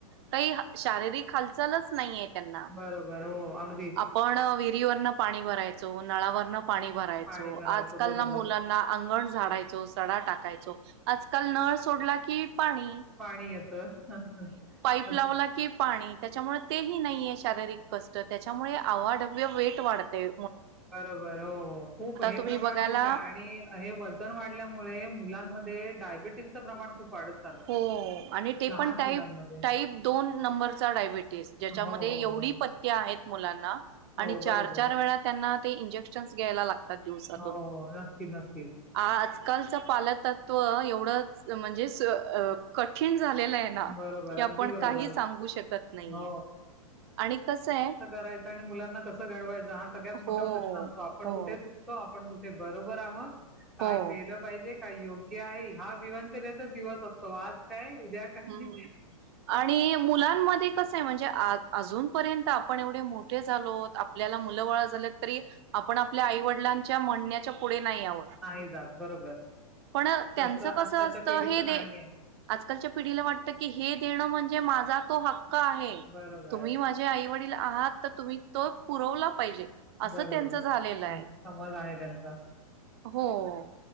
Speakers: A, on the right; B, in the centre.
A: काही शारीरिक हालचालच नाहीये त्यांना
B: बरोबर. हो, अगदीच.
A: आपण नदीवरन पाणी भरायचो नळावर पाणी भरायचो
B: पाणी भरायचं.
A: आजकाल
B: बरोबर.
A: ना मुलांना अंगण झाडायचो सडा टाकायचो. आजकाल नळ सोडला की पाणी
B: पाणी येत ह. <inaudible>
A: टीप लावला की पाणी त्याच्यामुळे तेही नाहीये शारी कष्ट त्याच्यामुळे अवाढव्य वेट वाढतेय
B: बरोबर हो- हो खूप हे
A: तुम्ही
B: प्रमाण
A: बघायला
B: खूप आहे आणि हे वजन वाढल्यामुळे मुलांमध्ये मध्ये डायबिटीस प्रमाण खूप वाढत चाललंय.
A: हो आणि ते
B: लहान
A: पण टाई
B: मुलांमध्ये.
A: टाईप दोन नंबरचा डायबिटीस ज्याच्यामध्ये
B: हो, हो,
A: एवढी
B: हो.
A: पथे आहेत मुलांना. आणि
B: हो,
A: चार
B: बरोबर.
A: -चार वेळा त्यांना ते इंजेक्शन्स घ्यायला लागतात दिवसातून.
B: हो नक्की, नक्कीच.
A: आजकालचं -पालतत्व एवढं- म्हणजे -कठीण. झालेलं आहे ना
B: बरोबर,
A: की
B: अगदी
A: आपण
B: बरोबर.
A: काही सांगू शकत नाहीय
B: हो,
A: आणि कस आहे
B: त्रायचा आणि मुलांना कसं घडवायंचा हा सगळ्यात मोठा
A: हो
B: प्रश्न असतो आपण
A: हो
B: कुठे चुकतो आपण कुठे ते बरोबर आहोत काय
A: हो
B: केलं पाहिजे, काय योग्य आहे हा विवंचनेचा दिवस असतो आज काय, उद्या काय
A: हम्म्म आणि मुलांमध्ये कसं आहे म्हणजे आ अजून पर्यंत आपण एवढे मोठे झालोत आपल्याला मुल बाळ झाल्यात तरी आपण आपल्या आईवडीलांच्या म्हणण्याच्या पुढे नाही आहोत
B: आहे जात बरोबर.
A: पण त्यांच
B: तसं
A: कसं
B: आत्ताच्या
A: असतं
B: पिढीचं
A: हे
B: नाहीये.
A: दे, आजकालच्या पिढी ढीला वाटत की, हे देणं म्हणजे माझा तो हक्क आहे
B: बरोबर,
A: तुम्ही माझ्या आई वडील आ आहात तर तुम्ही तो पुरवला पाहिजे. असं
B: बरोबर.
A: त्यांचं झालेलं आहे.
B: असा समज आहे त्यांचा.
A: हो,